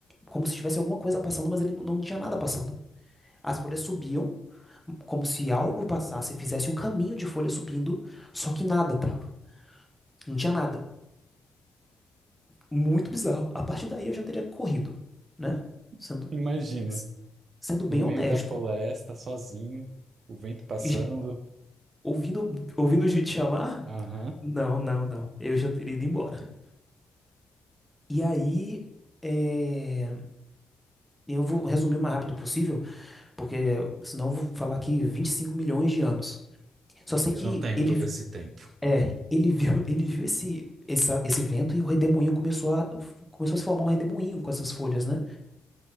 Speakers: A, in the centre; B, on the right.
A: como se tivesse alguma coisa passando, mas ele não, não tinha nada passando. As folhas subiam, como se algo passasse, fizesse um caminho de folha subindo, só que nada tava. Não tinha nada. Muito bizarro. A partir daí eu já teria corrido, né? Sendo,
B: <laughs> Imagino,
A: s- sendo bem
B: no meio
A: honesto.
B: da floresta, sozinho, o vento passando.
A: E já- Ouvindo, ouvindo gente chamar?
B: Aham.
A: Não, não, não. Eu já teria ido embora. E aí, é, eu vou resumir o mais rápido possível, porque senão eu vou falar aqui 25 milhões de anos. Só sei
B: Eu
A: que
B: não tenho
A: ele
B: todo esse tempo.
A: É, ele viu, <laughs> ele viu esse, essa- esse vento e o redemoinho começou a, começou a se formar um redemoinho com essas folhas, né?